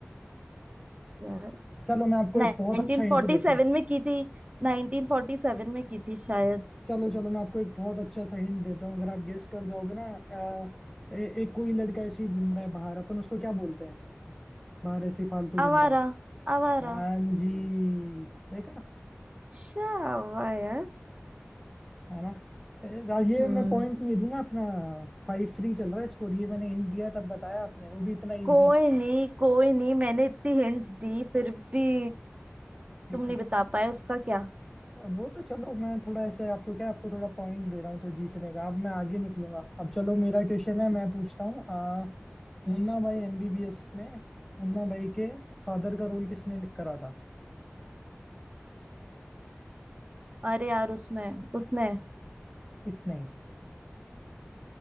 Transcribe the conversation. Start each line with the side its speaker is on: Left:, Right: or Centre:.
Right: यार
Centre: चलो मैं आपको
Right: 1947
Centre: एक बहुत अच्छा हिंट देता हूँ
Right: में की थी 1947 में की थी शायद
Centre: चलो चलो मैं आपको एक बहुत अच्छा सा हिंट देता हूँ अगर आप गेस कर जाओगे ना अ, ए, एक कोई लड़का ऐसे ही घूम रहा है बाहर अपन उसको क्या बोलते हैं बाहर ऐसे ही फालतू घूम
Right: आवारा
Centre: रहा है
Right: आवारा
Centre: हाँ जी देखा
Right: अच्छा वाह यार
Centre: है ना ए, ये
Right: हम्म
Centre: मैं पॉइंट नहीं दूंगा अपना फाइव थ्री चल रहा है स्कोर ये मैंने हिंट दिया है, तब बताया आपने वो भी इतना
Right: कोई
Centre: इजी
Right: नहीं कोई नहीं मैंने इतनी हिंट दी फिर भी
Centre: <laughs>
Right: तुम नहीं बता पाए उसका क्या
Centre: वो तो चलो मैं थोड़ा ऐसे आपको क्या आपको थोड़ा पॉइंट दे रहा हूँ तो जीतने का अब मैं आगे निकलूंगा अब चलो मेरा क्वेश्चन है मैं पूछता हूँ मुन्ना भाई एमबीबीएस में मुन्ना भाई के फादर का रोल किसने करा था
Right: अरे यार उसमें उसने
Centre: किसने